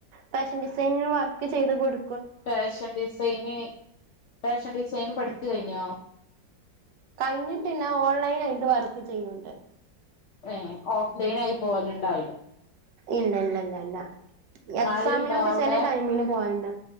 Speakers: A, on the right; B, on the left.
A: ഫാഷൻ ഡിസൈനിങും വർക്ക് ചെയ്ത് കൊട്
B: ഫാഷൻ ഡിസൈന് ഫാഷൻ ഡിസൈന് പഠിച്ച് കഴിഞ്ഞോ
A: കഴിഞ്ഞിട്ടില്ല ഓൺലൈൻ ആയിട്ട് വർക്ക്‌ ചെയ്യുണ്ട്
B: ഏ ഓഫ്‌ലൈൻ ആയി പോവല് ഇണ്ടാവില്ല
A: ഇല്ല ഇല്ല ഇല്ല ഇല്ല എക്സാമിനൊക്കെ
B: മഴയുണ്ടോ അവിടെ
A: ചെല ടൈമിന് പോവൽണ്ട്